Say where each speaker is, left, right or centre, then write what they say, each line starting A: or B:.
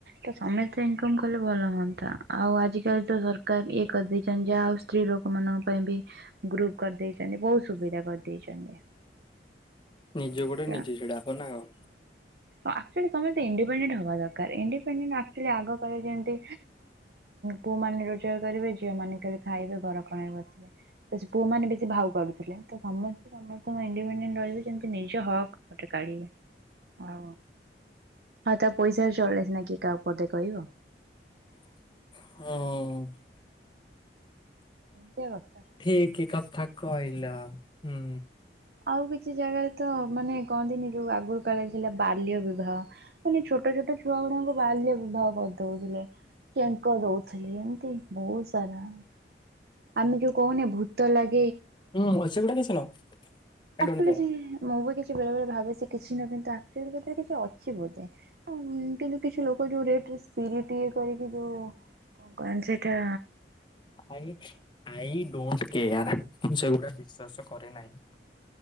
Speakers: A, on the right; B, on the left.
A: ତ ସମସ୍ତେ ଇନକମ କଲେ ଭଲ ହୁଅନ୍ତା, ଆଉ ଆଜିକାଲି ତ ସରକାର ଇଏ କରିଦେଇଛନ୍ତି ଯାହାହେଉ ସ୍ତ୍ରୀ ଲୋକମାନଙ୍କ ପାଇଁ ବି। ଗ୍ରୁପ କରିଦେଇଛନ୍ତି, ବହୁତ ସୁବିଧା କରିଦେଇଛନ୍ତି।
B: ନିଜ ଗୋଡରେ
A: ହଁ।
B: ନିଜେ ଛିଡା ହବ ନା କଣ?
A: ଆକ୍ ଚୁଆଲି ସମସ୍ତେ ଇଣ୍ଡିପେଣ୍ଡେଣ୍ଟ ହବା ଦରକାର ଇଣ୍ଡିପେଣ୍ଡେଣ୍ଟ ଆକଚୁଆଲି ଆଗ କାଳରେ ଯେମିତି ପୁଅମାନେ ରୋଜଗାର କରିବେ ଝିଅମାନେ ଖାଲି ଖାଇବେ ଘରକଣରେ ବସିବେ। ତ ସେ ପୁଅମାନେ ବେଶୀ ଭାଉ କାଡୁଥିଲେ ତ ସମସ୍ତେ ସମସ୍ତଙ୍କ ଇଣ୍ଡିପେଣ୍ଡେଣ୍ଟ ରହିବେ ଯେମିତି ନିଜ ହକ୍ ଗୋଟେ କାଢିବେ। ଓ ହଉ ତା ପଇସାରେ ଚଳିଲ ସିନା କି କାହାକୁ ପଦେ କହିବ।
B: ହଁ।
A: ଏମିତିଆ କଥା।
B: ଠିକ କଥା କହିଲ ହୁଁ।
A: ଆଉ କିଛି ଜାଗାରେ ତ ମାନେ କହନ୍ତିନି ଯୋଉ ଆଗରୁ କାଳରେ ଥିଲା ବାଲ୍ୟବିବାହ ମାନେ ଛୋଟ ଛୋଟ ଛୁଆ ଗୁଡାଙ୍କୁ ବାଲ୍ୟବିବାହ କରିଦଉଥିଲେ। ଚେଙ୍କ ଦଉଥିଲି ଏମତି ବହୁତ ସାରା ଆମେ ଯୋଉ କହୁନି ଭୂତ ଲାଗି
B: ହୁଁ ସେଗୁଡା କିଛି ନୁହଁ। I
A: <unintelligible>
B: don't care.
A: ମୁଁ ବି କିଛି ବେଳେ ବେଳେ ଭାବେ ସେ କିଛି ନ କିନ୍ତୁ ଆ କିଛି ଅଛି ବୋଧେ କିନ୍ତୁ କିଛି ଲୋକ ଯୋଉ ରେ ଯେ ସ୍ପିରିଟ୍ ଇଏ କରିକି ଯେଉଁ କଣ କରନ୍ତି ସେଇଟା
B: ଆଇ ଡୋଣ୍ଟ କେୟାର, ମୁଁ ସେଗୁଡା ବିଶ୍ଵାସ କରେ ନାହିଁ।